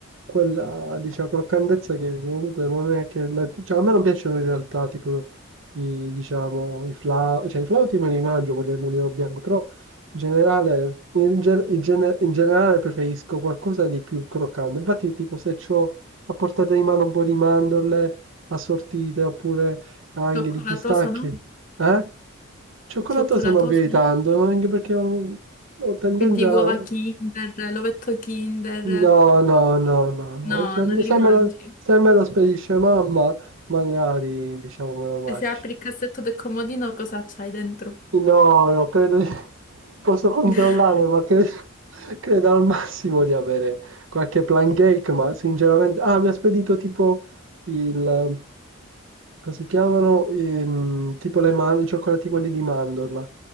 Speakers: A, on the right (about 65°); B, on the left (about 40°).
A: quella, diciamo, croccantezza che comunque non è che... le- Cioè, a me non piacciono in realtà, tipo, i, diciamo, i flauti, cioè i flauti me li mangio, quelli del mulino bianco, però in generale, in, gen- in gene- in generale preferisco qualcosa di più croccante. Infatti, tipo, se ho a portata di mano un po' di mandorle assortite oppure anche
B: Cioccolatoso,
A: di pistacchi?
B: no?
A: Eh? Cioccolato
B: Cioccolatoso,
A: sto non più di
B: no?
A: tanto, anche perché ho, ho tendenza...
B: Quindi uova Kinder, l'ovetto Kinder.
A: No, no, no, no, no.
B: No,
A: Se,
B: non li
A: se
B: mangi.
A: me lo, se me lo spedisce mamma, magari, diciamo, me lo mangio.
B: E se apri il cassetto del comodino, cosa c'hai dentro?
A: No, no, credo di... posso controllare,
B: <laughs>
A: ma credo, credo al massimo di avere qualche plan cake, ma sinceramente... Ah, mi ha spedito tipo il... Come si chiamano? Ehm, tipo le man- i cioccolati quelli di mandorla,